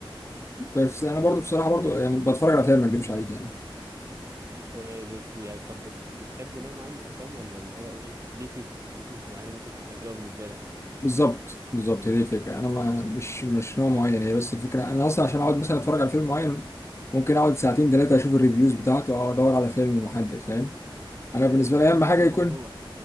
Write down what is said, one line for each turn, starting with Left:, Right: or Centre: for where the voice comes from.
Left: بس انا
Right: و...
Left: برضو بصراحه برضو يعني بتفرج على افلام ما اكذبش عليك يعني
Right: آه، بت... يعني طب بت... بتحب نوع معين من الافلام ولا اللي هو ايه بيسز بيسز معينه ممكن تبقى حلوه بالنسبه لك
Left: بالظبط بالظبط هي دي الفكره انا ما مش مش نوع معين هي بس الفكره انا اصلا عشان اقعد مثلا اتفرج على فيلم معين ممكن اقعد ساعتين ثلاثه اشوف الريفيوز بتاعته او ادور على فيلم محدد فاهم انا
Right: آه،
Left: بالنسبه
Right: انت بتدرس
Left: لي اهم حاجه
Right: الموضوع
Left: يكون